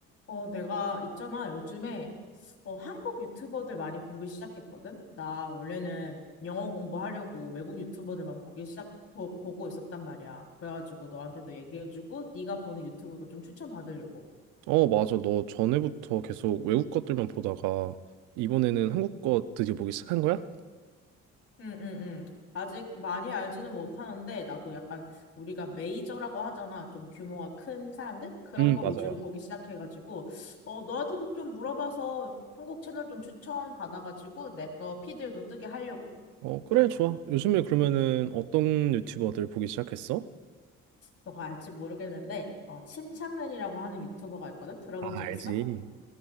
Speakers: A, on the left; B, on the right.
A: 어, 내가 있잖아. 요즘에 어, 한국 유튜버들 많이 보기 시작했거든. 나 원래는 영어 공부하려고 외국 유튜버들만 보기 시작 보, 보고 있었단 말이야. 그래가지고 너한테도 얘기해주고 네가 보는 유튜버도 좀 추천받으려고.
B: 어, 맞아. 너 전에부터 계속 외국 것들만 보다가 이번에는 한국 거 드디어 보기 시작한 거야?
A: 응, 응, 응. 아직 많이 알지는 못하는데 나도 약간 우리가 메이저라고 하잖아. 좀 규모가 큰 사람들? 그런
B: 응
A: 거
B: 맞아,
A: 위주로
B: 맞아.
A: 보기 시작해가지고 어, 너한테도 좀 물어봐서 한국 채널 좀 추천 받아가지고 내 거 피드에도 뜨게 하려고.
B: 어, 그래, 좋아. 요즘에 그러면은 어떤 유튜버들 보기 시작했어?
A: 너가 알지 모르겠는데 어, 침착맨이라고 하는 유튜버가 있거든? 들어본
B: 아,
A: 적
B: 알지.
A: 있어?